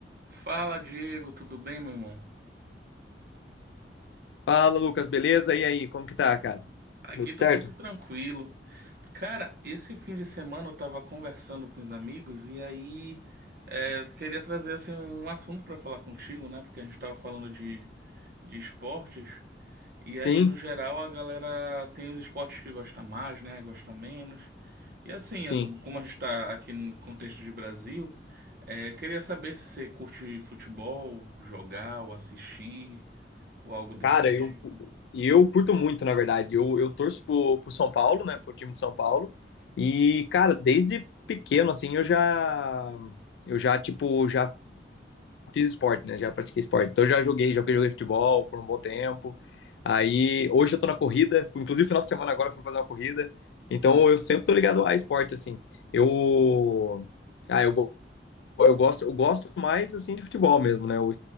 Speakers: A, on the right; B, on the left.
A: Fala, Diego, tudo bem, meu irmão?
B: Fala, Lucas, beleza? E aí, como que tá, cara?
A: Aqui
B: Tudo
A: tá
B: certo?
A: tudo tranquilo. Cara, esse fim de semana eu tava conversando com os amigos e aí é, queria trazer assim um assunto pra falar contigo, né? Porque a gente tava falando de, de esportes e aí
B: Sim,
A: no geral a galera tem os esportes que gosta mais, né? Gosta menos. E assim, as-
B: sim.
A: como a gente tá aqui no contexto de Brasil, é, queria saber se você curte futebol, jogar ou assistir ou algo desse
B: Cara,
A: sentido.
B: eu, cu- eu curto muito, na verdade. Eu, eu torço pro, pro São Paulo, né? Pro time de São Paulo. E, cara, desde pequeno, assim, eu já, eu já, tipo, já fiz esporte, né? Já pratiquei esporte. Então, eu já joguei, já joguei futebol por um bom tempo. Aí, hoje eu tô na corrida. Inclusive, final de semana agora eu fui fazer uma corrida. Então, eu sempre tô ligado a esporte, assim. Eu... Ah, eu eu gosto, eu gosto mais assim de futebol mesmo, né? O